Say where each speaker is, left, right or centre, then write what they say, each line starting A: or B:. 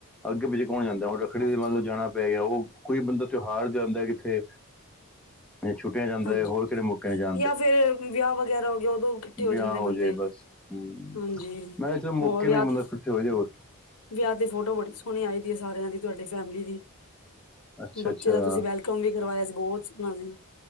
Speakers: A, in the centre; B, on the left (about 80°).
A: ਅੱਗੇ ਪਿੱਛੇ ਕੌਣ ਜਾਂਦਾ। ਰੱਖੜੀ
B: ਹਾਂਜੀ,
A: ਦੇ ਮੰਨ ਲਓ ਜਾਣਾ ਪੈ ਗਿਆ, ਉਹ ਕੋਈ ਬੰਦਾ ਤਿਉਹਾਰ ਜਾਂਦਾ ਕਿੱਥੇ ਛੁੱਟੀਆਂ ਜਾਂਦਾ
B: ਹਾਂਜੀ-ਹਾਂਜੀ,
A: ਹੈ ਹੋਰ ਕਿਹੜੇ ਮੌਕੇ ਨੇ ਜਾਂਦੇ
B: ਜਾ ਫਿਰ ਵਿਆਹ ਵਗੈਰਾ ਹੋ ਗਿਆ ਓਦੋਂ ਇਕੱਠੇ ਹੋ
A: ਵਿਆਹ
B: ਜਾਂਦੇ ਬੰਦੇ।
A: ਜਾਏ ਬਸ ਹਮ
B: ਹਾਂਜੀ,
A: ਮੈਂ ਕਿਹਾ ਚਲੋ ਮੌਕੇ
B: ਹੋਰ ਵਿਆਹ
A: ਨੇ ਬੰਦਾ
B: ਤੇ
A: ਇਕੱਠੇ ਹੋ ਜਾਏ ਹੋਰ ਕੀ।
B: ਵਿਆਹ ਤੇ ਫੋਟੋ ਬੜੀ ਸੋਹਣੀ ਆਈ ਦੀ ਆ ਸਾਰਿਆਂ ਦੀ, ਤੁਹਾਡੀ ਫੈਮਿਲੀ ਦੀ।
A: ਅੱਛਾ
B: ਬੱਚੇ
A: ਅੱਛਾ
B: ਦਾ ਤੁਸੀਂ ਵੈਲਕਮ ਵੀ ਕਰਵਾਇਆ ਸੀ, ਬਹੁਤ ਸੋਹਣਾ ਸੀ।